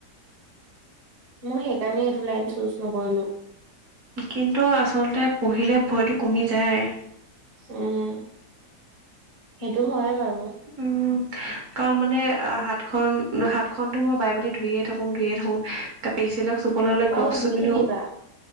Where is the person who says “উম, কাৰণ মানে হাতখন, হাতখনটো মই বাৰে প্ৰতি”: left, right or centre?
Right